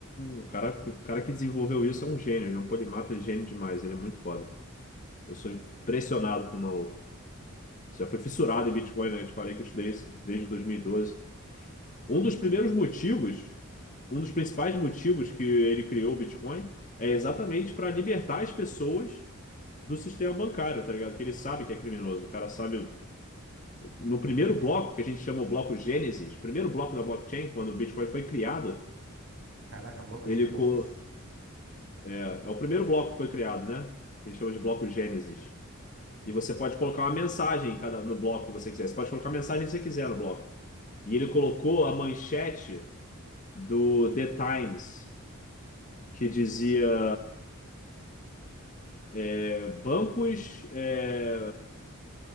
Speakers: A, on the left; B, on the right.
A: O cara, o cara que desenvolveu isso é um gênio, ele é um polimata ele é gênio demais, ele é muito foda. Eu sou impressionado com o maluco. Já fui fissurado em Bitcoin, né? Eu te falei que eu estudei isso desde 2012. Um dos primeiros motivos, um dos principais motivos que ele criou o Bitcoin é exatamente para libertar as pessoas do sistema bancário, tá ligado? Que ele sabe que é criminoso. O cara sabe. No primeiro bloco, que a gente chama o bloco Gênesis, o primeiro bloco da blockchain, quando o Bitcoin foi criado,
B: caraca, bloco
A: ele.
B: de Gênesis.
A: co- É, é o primeiro bloco que foi criado, né? A gente chama de bloco Gênesis. E você pode colocar uma mensagem em cada, no bloco que você quiser. Você pode colocar a mensagem que você quiser no bloco. E ele colocou a manchete do The Times que dizia é, bancos é,